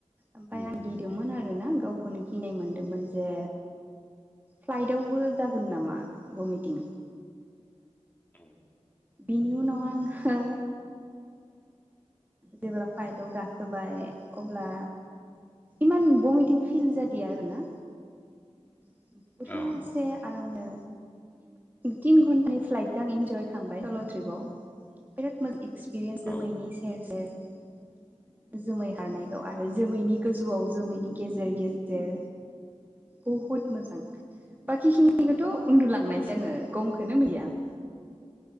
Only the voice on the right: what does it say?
ओमफाय
आं
गिदोंमोन
आर ना गावखौनो गिनाय मोनदोंमोन जे फ्लाइटआवबो
जागोन नामा? भमिटिं
बिनि उनाव आंङो जेब्ला फाइटआव गाखोबाय अब्ला इमान भमिटिं फिल जाद आरो ना <unintelligible>
आरामनो तिन घन्टानि फ्लाइटखौ आं इन्जय खालामबाय सल' ट्रिपाव। बिराद मो एक्सपिरियेन्स जोमैनि
सेर सेर जोमै खारनायखौ
आरो जोमैनि गोजौआव जोमैनि गेजेर गेजेर बुहुद मोजां बाखिखिनिखौथ' उन्दुलांनायसै आङो गमखौननो गैया। <inaudible>